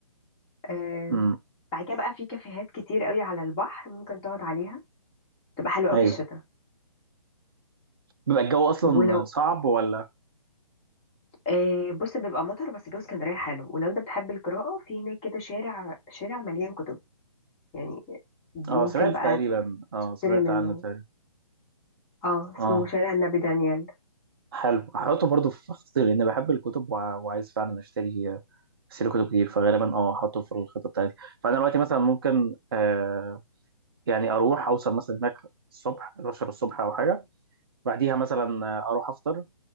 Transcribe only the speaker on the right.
امم
ايوه
بيبقى الجو اصلا
صعب ولا
اه سمعت
تقريبا اه
سمعت
عنه تقريبا
اه
حلو هحطه برضو في خطي لان بحب الكتب وع- وعايز فعلا اشتري اشتري كتب كتير فغالبا اه هحطه في الخطه بتاعتي فانا دلوقتي مثلا ممكن آه يعني اروح اوصل مثلا هناك الصبح 11 الصبح او حاجه بعديها مثلا آه، اروح افطر